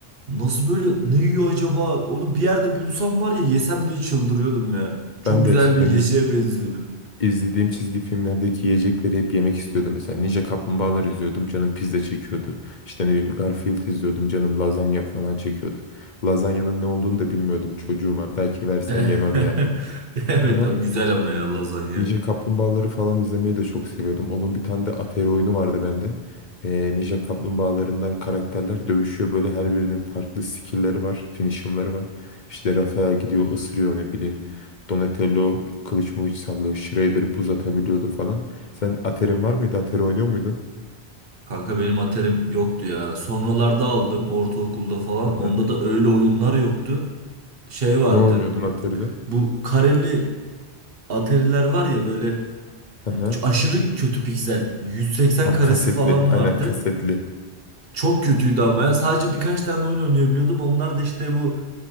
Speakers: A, on the right (about 60°); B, on the left (about 50°).
A: Nasıl böyle ne yiyor acaba? Onu bir yerde bulsam var ya yesem diye çıldırıyordum ya. Çok
B: ben
A: güzel
B: de eskiden
A: bir yeşeğe benziyordu.
B: İzlediğim çizgi filmlerdeki yiyecekleri hep yemek istiyordum. Mesela Ninja Kaplumbağalar izliyordum, canım pizza çekiyordu. İşte ne bileyim Garfield izliyordum, canım lazanya falan çekiyordu. Lazanyanın ne olduğunu da bilmiyordum çocuğuma. Belki versen
A: <laughs>
B: yemem yani.
A: Evet
B: Ama
A: ama güzel ama ya lazanya.
B: Ninja Kaplumbağaları falan izlemeyi de çok seviyordum. Onun bir tane de Atari oyunu vardı bende. Ee, Ninja Kaplumbağalarından karakterler dövüşüyor. Böyle her birinin farklı skill'leri var, finisher'ları var. İşte Rafael gidiyor ısırıyor ne bileyim. Donatello kılıç mılıç sallıyor. Shredder buz atabiliyordu falan. Sen Atari'nin var mıydı? Atari oynuyor muydun?
A: Kanka benim aterim yoktu ya. Sonralarda aldım ortaokulda falan.
B: Hı hı.
A: Onda da öyle oyunlar yoktu. Şey vardı.
B: Ne oynuyordun Atari'de?
A: Bu kareli Atari'ler var ya böyle
B: Hı
A: m,
B: hı.
A: ç- aşırı kötü piksel. 180
B: Tam
A: karesi
B: kasetli.
A: falan vardı.
B: Aynen kasetli.
A: Çok kötüydü ama ya. Sadece birkaç tane oyun oynayabiliyordum. Onlar da işte bu